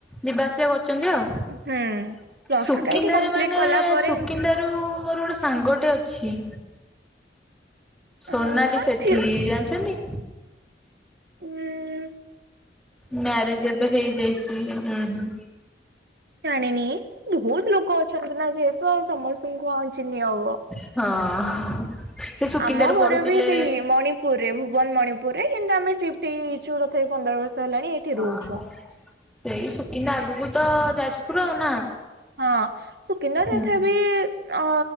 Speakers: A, in the centre; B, on the right (about 55°).
A: ଯିବା ଆସିବା କରୁଛନ୍ତି ଆଉ।
B: ହୁଁ। ପ୍ଲସ
A: ସୁକିନ୍ଦାରେ
B: ଟୁ ଟା ଏଇଠି କମ୍ପ୍ଲିଟ
A: ମାନେ
B: କଲା ପରେ
A: ସୁକିନ୍ଦାର ରୁ ମୋର ଗୋଟେ ସାଙ୍ଗଟେ ଅଛି। ସୋନାଲି
B: ଅ ହଁ
A: ସେଠି
B: ଥି
A: ଜାଣିଛନ୍ତି।
B: ହୁଁ।
A: ମ୍ୟାରେଜ ଏବେ ହେଇଯାଇଛି ଉଁ ହଁ।
B: ଜାଣିନି ବହୁତ ଲୋକ ଅଛନ୍ତି ନା ଯେହେତୁ ଆଉ ସମସ୍ତଙ୍କୁ ଆ ଚିନି ହବ।
A: ହଁ। ସେ ସୁକିନ୍ଦାରୁ
B: ଆମ ଘରେ
A: ପଢୁଥିଲେ
B: ବି ସେଇ ମଣି ପୁରୀରେ ଭୁବନ ମଣିପୁରରେ କିନ୍ତୁ ଆମେ ସି୍ପ୍ଟ ହେଇଛୁ ତଥାପି ପନ୍ଦର ବର୍ଷ ହେଲାଣି ଏଠି ରହୁଛୁ।
A: ଓହୋ ସେଇ ସୁକିନ୍ଦା ଆଗକୁ ତ ଯାଜପୁର ଆଉ ନା।
B: ହଁ ସୁକନର
A: ହୁଁ।
B: ରେଖା ବି ଅ